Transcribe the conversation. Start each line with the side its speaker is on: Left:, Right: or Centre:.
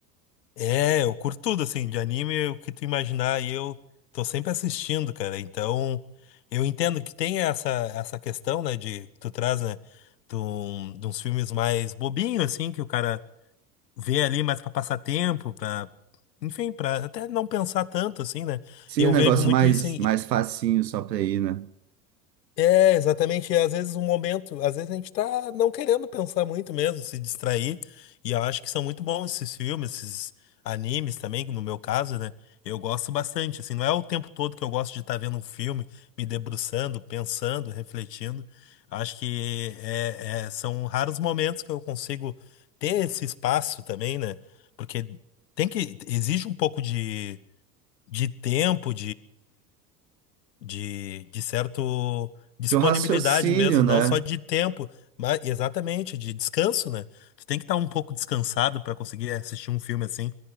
Left: É, eu curto tudo, assim, de anime, o que tu imaginar, e eu tô sempre assistindo, cara. Então, eu entendo que tem essa, essa questão, né, de que tu traz, né, de, um- de uns filmes mais bobinhos, assim, que o cara vê ali mais pra passar tempo, pra, enfim, pra até não pensar tanto, assim, né.
Right: Sim,
Left: Eu
Right: um negócio
Left: vejo muito
Right: mais,
Left: isso
Right: mais facinho só pra ir, né?
Left: É, exatamente. E às vezes o momento, às vezes a gente tá não querendo pensar muito mesmo, se distrair. E eu acho que são muito bons esses filmes, esses animes também, no meu caso, né? Eu gosto bastante, assim, não é o tempo todo que eu gosto de estar vendo um filme, me debruçando, pensando, refletindo. Acho que é, é- são raros momentos que eu consigo ter esse espaço também, né? Porque tem que, exige um pouco de, de tempo, de, de certo disponibilidade
Right: De um raciocínio,
Left: mesmo,
Right: né?
Left: não só de tempo, mas exatamente de descanso, né? Tu tem que estar um pouco descansado para conseguir assistir um filme assim.